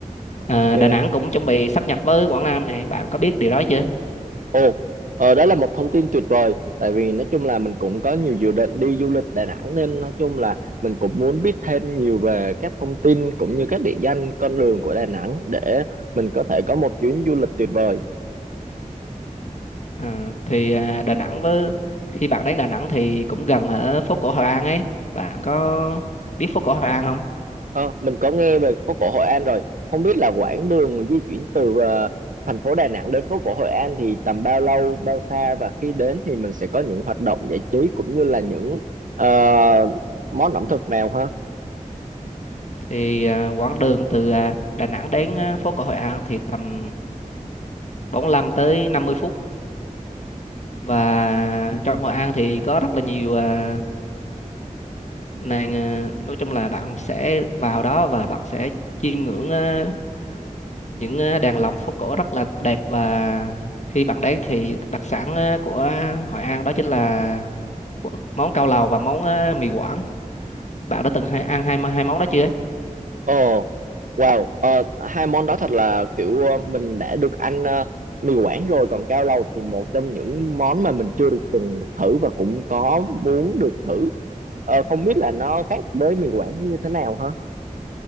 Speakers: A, on the right; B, on the left.
A: ok.
B: Ờ, Đà Nẵng cũng chuẩn bị sáp nhập với Quảng Nam này bạn có biết điều đó chưa
A: Ồ, ờ, đó là một thông tin tuyệt vời. Tại vì nói chung là mình cũng có nhiều dự định đi du lịch Đà Nẵng nên nói chung là mình cũng muốn biết thêm nhiều về các thông tin cũng như các địa danh con đường của Đà Nẵng để mình có thể có một chuyến du lịch tuyệt vời.
B: Ờ, thì ờ, Đà Nẵng với khi bạn đến Đà Nẵng thì cũng gần ở phố cổ Hội An ấy bạn có biết phố cổ Hội An không
A: Ờ, mình có nghe về phố cổ Hội An rồi. Không biết là quãng đường di chuyển từ ờ, thành phố Đà Nẵng đến phố cổ Hội An thì tầm bao lâu, bao xa và khi đến thì mình sẽ có những hoạt động giải trí cũng như là những ờ, món ẩm thực nào ha?
B: thì ờ, quãng đường từ ờ, Đà Nẵng đến ờ, phố cổ Hội An thì tầm bốn lăm tới năm mươi phút và trong Hội An thì có rất là nhiều ờ, Nên ờ, nói chung là bạn sẽ vào đó và bạn sẽ chiêm ngưỡng ờ, những ờ, đàn lồng phố cổ rất là đẹp và khi bạn đến thì đặc sản ờ, của Hội An đó chính là món cao lầu và món ờ, mì Quảng. Bạn đã từng hai, ăn hai hai món đó chưa?
A: Ồ. Wow, ờ, hai món đó thật là kiểu ờ, mình đã được ăn ờ, mì Quảng rồi còn cao lầu thì một trong những món mà mình chưa được từng được thử và cũng có muốn được thử. Ờ, không biết là nó khác với mì Quảng như thế nào hả?